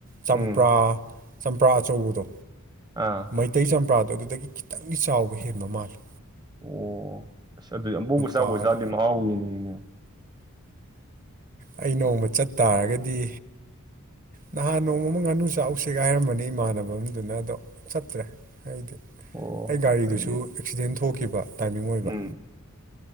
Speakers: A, on the right; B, on the right.
A: ꯆꯝꯄ꯭ꯔꯥ
B: ꯎꯝ
A: ꯆꯝꯄ꯭ꯔꯥ ꯑꯆꯧꯕꯗꯣ
B: ꯑꯥ
A: ꯃꯩꯇꯩ ꯆꯝꯄ꯭ꯔꯥꯗꯣ ꯑꯗꯨꯗꯒꯤ ꯈꯤꯇꯪꯗꯤ ꯆꯥꯎꯕ ꯍꯦꯟꯕ ꯃꯥꯜꯂꯤ
B: ꯑꯣ ꯑꯁ ꯑꯗꯨꯗꯤ ꯑꯕꯨ ꯑ ꯆꯕꯖꯥꯗꯤ
A: ꯄꯥꯔ
B: ꯃꯍꯥꯎ ꯌꯦꯅꯦꯅꯦ
A: ꯑꯩ ꯅꯣꯡꯃ ꯆꯠ ꯇꯥꯔꯒꯗꯤ ꯅꯍꯥꯟ ꯅꯣꯡꯃ ꯉꯥꯅꯨ ꯆꯥꯛꯁꯦꯒ ꯍꯥꯏꯔꯝꯕꯅꯤ ꯏꯃꯥꯟꯅꯕ ꯑꯃꯗꯨꯅ ꯑꯗꯣ ꯆꯠꯇ꯭ꯔꯦ ꯑꯩꯗꯤ
B: ꯑꯣ
A: ꯑꯩ ꯒꯥꯔꯤꯗꯨꯁꯨ
B: ꯑꯁ ꯑꯩꯗꯤ
A: ꯑꯦꯛꯁꯤꯗꯦꯟ ꯊꯣꯛꯈꯤꯕ ꯇꯥꯏꯃꯤꯡ ꯑꯣꯏꯕ
B: ꯎꯝ